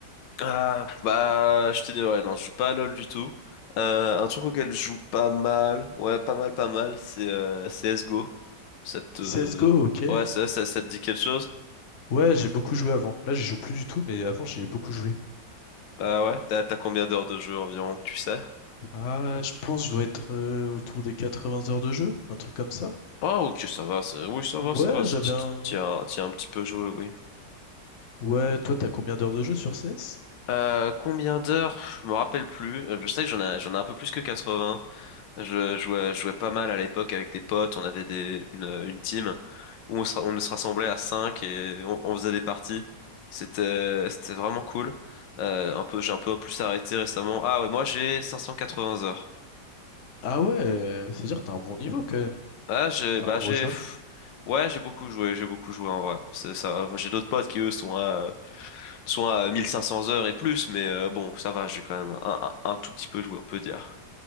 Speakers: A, on the left; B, on the left.
A: Ah, bah, je t'ai dit, ouais, non, je joue pas à LoL du tout. Euh, un truc auquel je joue pas mal, ouais, pas mal, pas mal, c'est euh, CSGO. Ça te...
B: CSGO, ok.
A: Ouais, ça, ça, ça te dit quelque chose?
B: Ouais, j'ai beaucoup joué avant. Là, j'y joue plus du tout, mais avant, j'y ai beaucoup joué.
A: Bah ouais, t'as, t'as combien d'heures de jeu environ, tu sais?
B: Ah, je pense que je dois être euh, autour des 80 heures de jeu, un truc comme ça.
A: Ah, ok, ça va, ça- oui, ça
B: Ouais,
A: va, ça va, ça-
B: j'avais
A: tu
B: un,
A: tu- tu as tu as un petit peu joué, oui.
B: Ouais, toi, t'as combien d'heures de jeu sur CS?
A: Euh, combien d'heures? Je me rappelle plus. Euh, Je sais que j'en ai, j'en ai un peu plus que 80. Je jouais, je jouais pas mal à l'époque avec des potes. On avait des, une, une team. où on se, on se rassemblait à 5 et on, on faisait des parties. C'était, c'était vraiment cool. Euh, un peu, j'ai un peu plus arrêté récemment. Ah ouais, moi j'ai 580 heures.
B: Ah ouais, c'est-à-dire que t'as un bon niveau quand même.
A: Ah, j'ai,
B: T'es
A: bah
B: un gros
A: j'ai,
B: joueur.
A: pff, ouais, j'ai beaucoup joué, j'ai beaucoup joué en vrai. C'est ça, j'ai d'autres potes qui eux sont à, sont à 1500 heures et plus, mais euh, bon, ça va, j'ai quand même un, un, un tout petit peu joué, on peut dire.